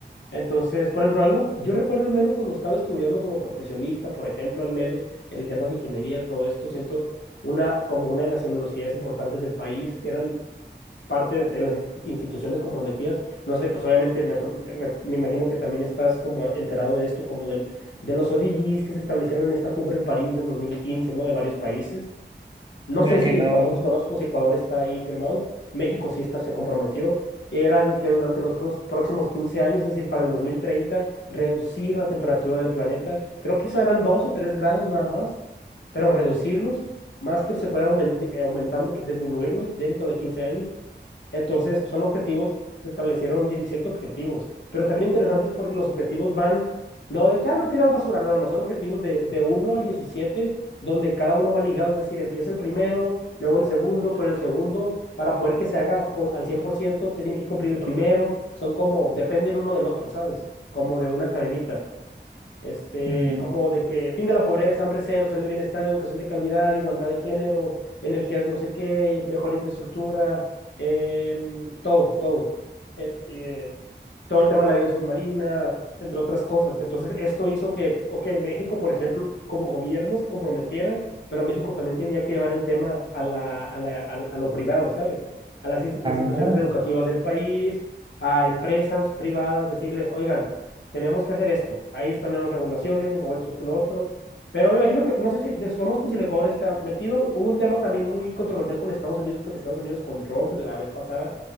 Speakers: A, on the left (about 80°); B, on the right (about 25°).
A: entonces, por ejemplo, algo, yo recuerdo al menos cuando estaba estudiando como profesionista, por ejemplo, al menos en temas de ingeniería, todo esto, siento una, como una de las universidades importantes del país, eran parte de las inst- instituciones comprometidas. No sé, pues obviamente mejor- re- me imagino que también estás como enterado de esto, como del, de los ODGs que se establecieron en esta cumbre en París en 2015, ¿no? De varios países. No
B: Mira
A: sé si
B: que no.
A: Ecuador, desconozco si Ecuador está ahí firmado. México sí está, se comprometió. Y era lo que durante los pros- próximos 15 años, es decir, para el 2030, reducir la temperatura del planeta. Creo que eso eran 2 o 3 grados nada más, pero reducirlos, más que se fuera aumen- de- aumentando, que disminuirlos dentro de 15 años. Entonces, son objetivos, se establecieron 17 objetivos, pero también interesantes porque los objetivos van, no de, cada no tiras basura, no, no, no, son objetivos de, de uno al diecisiete donde cada uno va ligado, es decir, empieza el primero, luego el segundo, pero el segundo, para poder que se haga co- al 100% se tiene que cumplir el primero, son como, dependen uno del otro, ¿sabes? Como de una cadenita este,
B: mm,
A: como de que fin de la pobreza, hambre cero, salud y bienestar, educación de calidad, igualdad de género, energías no sé qué, mejor infraestructura, em, todo, todo. Eh, eh, todo el tema de la vida submarina, entre otras cosas. Entonces, esto hizo que, ok, México, por ejemplo, como gobierno se comprometiera, pero México también tenía que llevar el tema a la, a la- al- a lo privado, ¿sabes? A las in-
B: ah,
A: instituciones educativas del país, a empresas privadas, decirles, oigan, tenemos que hacer esto, ahí están nuevas regulaciones, o esto, esto y lo otro. Pero me imagino que, no sé si, desconozco si el Ecuador está metido. Hubo un tema también muy controversial con Estados Unidos, porque Estados Unidos con Trump la vez pasada